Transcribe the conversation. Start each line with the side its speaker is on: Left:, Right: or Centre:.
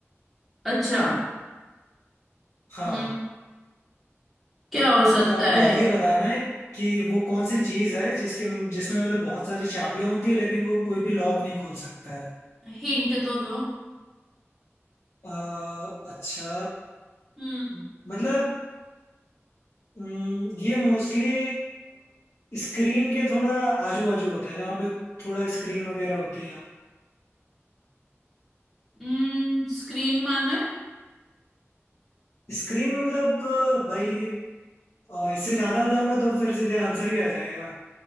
Centre: अच्छा
Left: हाँ
Centre: हम्म, क्या हो सकता
Left: तो आपको
Centre: है
Left: ये बताना है कि वो कौन सी चीज है जिसके जिसमें मतलब बहुत सारी चाबियां होती है लेकिन वो कोई भी लॉक नहीं खोल सकता है
Centre: हिंट तो दो
Left: अ, अच्छा
Centre: हम्म
Left: मतलब अम, ये मोस्टली स्क्रीन के थोड़ा आजू बाजू होता है जहाँ पे थोड़ा स्क्रीन वगैरह होती है
Centre: हम्म स्क्रीन माने
Left: स्क्रीन मतलब अ, भाई अ, इससे ज्यादा बताऊंगा तो फिर सीधे आंसर ही आ जाएगा